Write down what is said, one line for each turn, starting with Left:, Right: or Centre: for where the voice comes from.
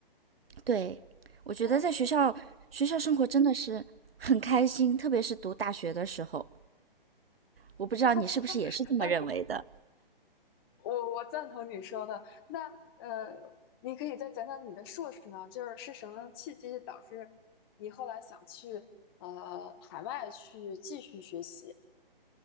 Right: 对，
Left: 哦
Right: 我觉得在学校学校生活真的是很开心，
Left: 那
Right: 特别是读大学的时候。我不知道你是不是也是这么认为的，
Left: 那 <laughs> 哈哈哈，那你我我赞同你说的。那呃，你可以再讲讲你的硕士吗？就是是什么契机导致你后来想去呃海外去继续学习？